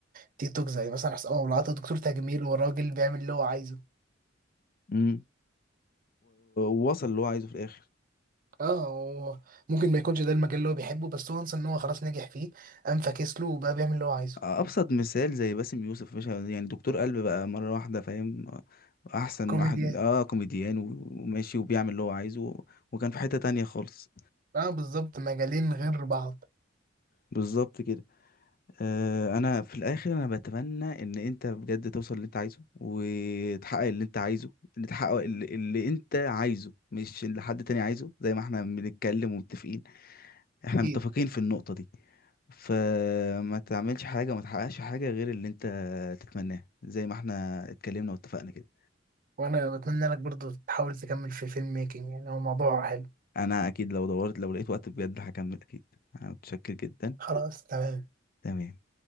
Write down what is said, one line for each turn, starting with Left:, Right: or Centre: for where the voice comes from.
Right: التيك توك زي مثلا حسام ابو العطا دكتور تجميل والراجل بيعمل اللي هو عايزه
Left: امم ووصل اللي هو عايزه في الاخر
Right: اه هو ممكن ما يكونش ده المجال اللي هو بيحبه بس وانس ان هو خلاص نجح فيه قام فاكس له وبقى بيعمل اللي هو عايزه
Left: ابسط مثال زي باسم يوسف باشا يعني دكتور قلب بقى مره واحده فاهم احسن
Right: كوميديان
Left: واحد اه كوميديان و- وماشي وبيعمل اللي هو عايزه وكان في حته تانية خالص
Right: اه بالظبط مجالين غير بعض
Left: بالظبط كده آه، انا في الاخر انا بتمنى ان انت بجد توصل اللي انت عايزه وتحقق اللي انت عايزه اللي تحقق اللي, اللي انت عايزه مش اللي حد تاني عايزه زي ما احنا بنتكلم ومتفقين احنا متفقين
Right: اكيد
Left: في النقطة دي فما تعملش حاجة وما تحققش حاجة غير اللي انت تتمناه زي ما احنا اتكلمنا واتفقنا كده
Right: وانا بتمنى لك برضو تحاول تكمل في فيلم ميكنج يعني هو موضوع حلو
Left: انا اكيد لو دورت لو لقيت وقت بجد هكمل اكيد انا متشكر جدا
Right: خلاص تمام
Left: تمام